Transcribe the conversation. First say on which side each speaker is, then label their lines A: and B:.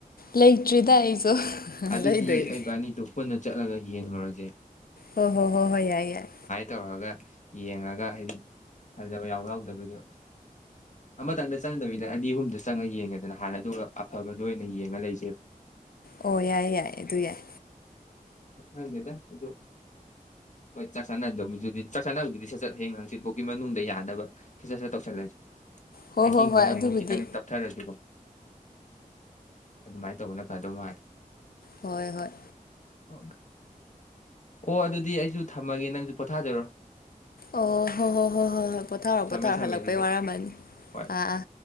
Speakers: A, on the left (about 80°); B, on the left (about 55°).
A: ꯂꯩꯇ꯭ꯔꯤꯗ ꯑꯩꯁꯨ
B: ꯑꯗꯨꯗꯤ
A: ꯂꯩꯗꯣꯏꯅꯦ
B: ꯑꯩꯕꯥꯅꯤꯗꯣ ꯄꯨꯟꯅ ꯆꯠꯂꯒ ꯌꯦꯡꯂꯨꯔꯁꯦ
A: ꯍ ꯍꯣ ꯍꯣ ꯍꯣꯏ ꯌꯥꯏ ꯌꯥꯏ
B: ꯇꯧꯔꯒ ꯌꯦꯡꯉꯒ ꯍꯥꯏꯗꯤ ꯐꯖꯕ ꯌꯥꯎ ꯌꯥꯎꯗꯕꯔ꯭ꯗꯣ ꯑꯃꯇꯪꯗ ꯆꯪꯗꯕꯤꯗ ꯑꯅꯤ ꯑꯍꯨꯝꯗ ꯆꯪꯉ ꯌꯦꯡꯉꯦꯗꯅ ꯍꯥꯟꯅꯗꯣ ꯑꯐꯕꯗꯣ ꯑꯣꯏꯅ ꯌꯦꯡꯉ ꯂꯩꯁꯦ
A: ꯑꯣ ꯌꯥꯏ ꯌꯥꯏ ꯑꯗꯨ ꯌꯥꯏ
B: ꯪꯈꯪꯗꯦꯗ ꯑꯗꯨ ꯍꯣꯏ ꯆꯥꯛ ꯆꯥꯅꯍꯗꯕꯗꯨꯗꯤ ꯆꯥꯛ ꯆꯥꯅꯕꯗꯨꯗꯤ ꯁꯠ ꯁꯠ ꯍꯌꯦꯡ ꯍꯪ ꯆꯤꯠꯐꯥꯎ ꯒꯤ ꯃꯅꯨꯡꯗ ꯌꯥꯅꯕ ꯁꯠ ꯁꯠ ꯇꯧꯁꯤꯜꯂꯁꯤ
A: ꯍꯣꯏ
B: ꯍꯥꯏꯀꯤꯡꯗꯨꯅ
A: ꯍꯣꯏ ꯍꯣꯏ ꯑꯗꯨꯕꯨꯗꯤ
B: ꯑꯃꯨꯛ ꯈꯤꯇꯪ ꯇꯞꯊꯔꯁꯨꯀꯣ ꯑꯗꯨꯃꯥꯏꯅ ꯇꯧꯅ ꯐꯥꯗꯧ ꯃꯥꯜꯂꯤ
A: ꯍꯣꯏ ꯍꯣꯏ
B: ꯑꯣ ꯑꯣ ꯑꯗꯨꯗꯤ ꯑꯩꯁꯨ ꯊꯝꯃꯒꯦ ꯅꯪꯁꯨ ꯄꯣꯊꯥꯖꯔꯣ
A: ꯑꯣ ꯍꯣꯏ ꯍꯣꯏ ꯍꯣꯏ ꯍꯣꯏ ꯍꯣꯏ ꯄꯣꯊꯥꯔꯣ
B: ꯊꯝꯃꯦ
A: ꯄꯣꯊꯥꯔꯣ
B: ꯊꯝꯃꯦ
A: ꯍꯜꯂꯛꯄꯩ
B: ꯑꯗꯨꯗꯤ
A: ꯋꯥꯔꯝꯃꯅꯤ
B: ꯍꯣꯏ
A: ꯑꯥ ꯑꯥ